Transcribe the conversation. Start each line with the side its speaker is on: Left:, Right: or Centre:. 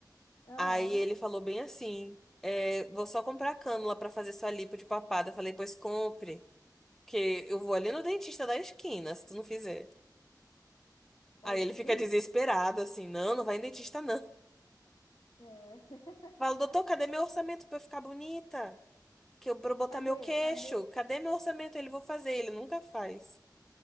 Left: Aham.
Centre: Aí ele falou bem assim: é, vou só comprar cânula pra fazer sua lipo de papada. Eu falei, pois compre. Porque eu vou ali no dentista da esquina, se tu não fizer.
Left: É
Centre: Aí
Left: tipo
Centre: ele fica
Left: isso.
Centre: desesperado, assim, não, não vai em dentista, não.
Left: É. <laughs>
Centre: Falo, doutor, cadê meu orçamento pra eu ficar bonita? Que eu, pra eu botar
Left: Cadê?
Centre: meu queixo?
Left: Cadê?
Centre: Cadê meu orçamento? Ele, vou fazer. Ele nunca faz.